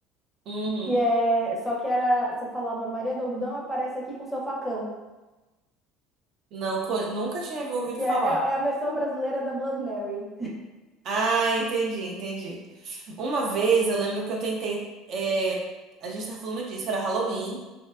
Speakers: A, on the right (about 55°); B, in the centre.
A: Uhum.
B: que é, só que era, você falava Maria do Algodão aparece aqui com seu facão,
A: Não, co- nunca tinha ouvido
B: que
A: falar.
B: é, é, é a versão brasileira da Blood Mary.
A: Ah, entendi, entendi. Uma vez eu lembro que eu tentei. é, a gente tava falando disso, era Halloween.